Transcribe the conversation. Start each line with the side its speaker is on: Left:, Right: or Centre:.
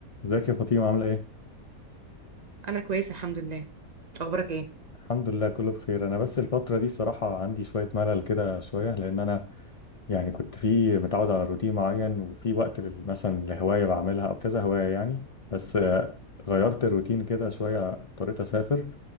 Left: ازيك يا فاطمة عاملة ايه؟
Right: انا كويسه الحمد لله اخبارك ايه
Left: الحمد لله كله بخير انا بس الفترة دي صراحة عندي شوية ملل كده شوية لان انا يعني كنت في متعود على روتين معين وفي وقت لل- مثلا لهواية بعملها او كذا هواية يعني بس آه، غيرت الروتين كده شوية اضطريت اسافر